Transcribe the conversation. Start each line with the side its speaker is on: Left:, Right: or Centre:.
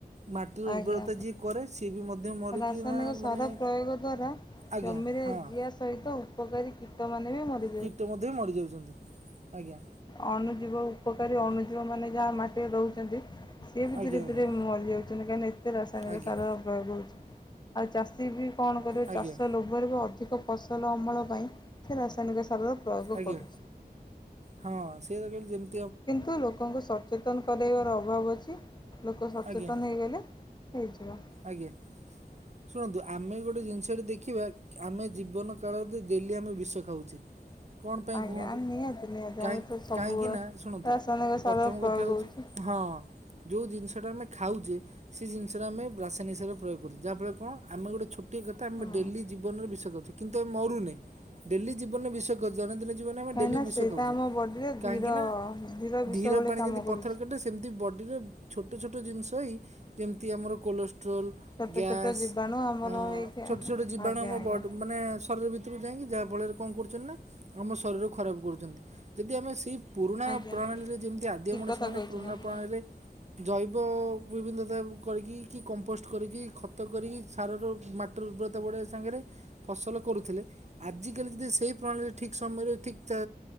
Right: ମାଟିର ଉର୍ବରତା
Left: ଆଜ୍ଞା
Right: ଯିଏ କରେ ସିଏ ବି ମଧ୍ୟ ମରିକିନା
Left: ରାସାୟନିକ
Right: ମାନେ
Left: ସାର ପ୍ରୟୋଗ ଦ୍ଵାରା
Right: ଆଜ୍ଞା
Left: ଜମିରେ
Right: ହଁ।
Left: ଜିଆ ସହିତ ଉପକାରୀ କୀଟମାନେ ବି ମରି
Right: କୀଟ ମଧ୍ୟ ମରି ଯାଉଚନ୍ତି ଆଜ୍ଞା।
Left: ଅଣୁଜୀବ ଉପକାରୀ ଅଣୁଜୀବ ମାନେ ଯାହା ମାଟିରେ ରହୁଚନ୍ତି। ସିଏ ବି
Right: ଆଜ୍ଞା
Left: ଧୀରେ
Right: ଆଜ୍ଞା
Left: ଧୀରେ ମରିଯାଉଚନ୍ତି କାହିଁକିନା ଏତେ ରାସାୟନିକ
Right: ଆଜ୍ଞା
Left: ସାର ପ୍ରୟୋଗ ହୋଉଚି। ଆଉ ଚାଷୀ ବି କଣ କରିବ
Right: ଆଜ୍ଞା
Left: ଚାଷ ଲୋ ଭରେ ଅଧିକ ଫସଲ ଅମଳ ପାଇଁ ସେ ରାସାୟନିକ ସାରର ପ୍ରୟୋଗ
Right: ଆଜ୍ଞା
Left: କରୁଛି।
Right: ହଁ ସେଇଆ ତ କହିଲେ ଯେମି
Left: କିନ୍ତୁ ଲୋକଙ୍କୁ ସଚେତନ କରାଇବାର ଅଭାବ ଅଛି। ଲୋକ ସଚେତନ
Right: ଆଜ୍ଞା
Left: ହେଇଗଲେ ହେଇଯିବ।
Right: ଆଜ୍ଞା ଶୁଣନ୍ତୁ ଆମେ ଗୋଟେ ଜିନିଷ ଟେ ଦେଖିବା। ଆମେ ଜୀବନ କାଳ ଭିତରେ ଡେଲି ଆମେ ବିଷ ଖାଉଛେ। କଣ ପାଇଁ
Left: ଆଜ୍ଞା
Right: କୁହନ୍ତୁ?
Left: ନିହାତି ନିହାତି
Right: କାହିଁ
Left: ଆମେ ତ ସବୁବେଳେ
Right: କାହିଁକି ନା ଶୁଣନ୍ତୁ
Left: ରାସାୟନିକ
Right: ପ୍ରଥମ
Left: ସାର ପ୍ରୟୋଗ
Right: କଥା ହେଉଛି
Left: ହଉଛି
Right: ହଁ ଯେଉଁ ଜିନିଷ ଟା ଆମେ ଖାଉଛେ ସେ ଜିନିଷଟା ଆମେ ରାସାୟନିକ ସାର ପ୍ରୟୋଗ କରୁଛେ। ଯାହାଫଳରେ କଣ ଆମେ ଗୋଟିଏ ଛୋଟିଆ କଥା
Left: ହଁ
Right: ଆମେ ଡେଲି ଜୀବନରେ ବିଷ ଖାଉଛେ। କିନ୍ତୁ ଆମେ ମରୁନେ ଡେଲି ଜୀବନରେ ବିଷ ଜଣେ ଦିନେ ଜୀବନରେ
Left: କାହିଁକିନା
Right: ଡେଲି ବିଷ
Left: ସେଇଟା
Right: ଖାଉଛେ
Left: ଆମ ବଡ଼ିରେ
Right: କାହିଁକିନା
Left: ଧୀର ବିଷ
Right: ଧୀର
Left: ଭଳି
Right: ପାଣି
Left: କାମ
Right: ଜୀମିତି ପଥର
Left: କରୁଛି
Right: କାଟେ ସେମିତି ବଡ଼ିରେ ଛୋଟ ଛୋଟ ଜିନିଷ ହେଇ ଯେମିତି ଆମର କୋଲୋଷ୍ଟ୍ରୋର
Left: ଛୋଟ
Right: ଗ୍ୟାସ୍
Left: ଛୋଟ ଜୀବାଣୁ ଆମର
Right: ଆଁ
Left: ହେଇକି
Right: ଛୋଟ
Left: ଆଜ୍ଞା
Right: ଛୋଟ ଜୀବାଣୁ ଆମ
Left: ଆଜ୍ଞା
Right: ବ ମାନେ ଶରୀର ଭିତ ଭିତରକୁ ଯାଇକି ଯାହା ଫଳରେ କଣ କରୁଛନ୍ତି ନା ଆମ ଶରୀର କୁ ଖରାପ କରୁଛନ୍ତି। ଯଦି ଆମେ ସେଇ ପୁରୁଣା
Left: ଆଜ୍ଞା
Right: ପ୍ରଣାଳୀରେ ଯେମିତି ଆଦିମ
Left: ଠିକ୍
Right: ମଣିଷମାନେ
Left: କଥା କହିଛନ୍ତି
Right: ପୁରୁଣା
Left: ଆପଣ
Right: ପ୍ରଣାଳୀରେ ଜୈବ ବିଭିଦତା କରିକି କି କମ୍ପୋଷ୍ଟ କରିକି ଖତ କରିକି ସାରର ମାଟିର ଉର୍ବରତା ବଢ଼ାଇବା ସାଙ୍ଗରେ ଫସଲ କରୁଥିଲେ ଆଜିକାଲି ଯଦି ସେଇ ପ୍ରଣାଳୀରେ ଠିକ୍ ସମୟରେ ଠିକ୍ ଚା